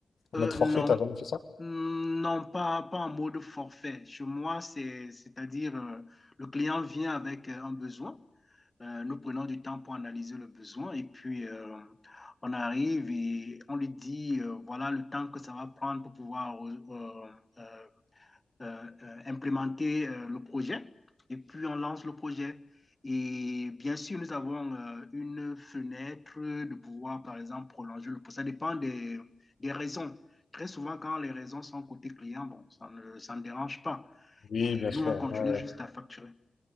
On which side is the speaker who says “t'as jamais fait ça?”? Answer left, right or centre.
Left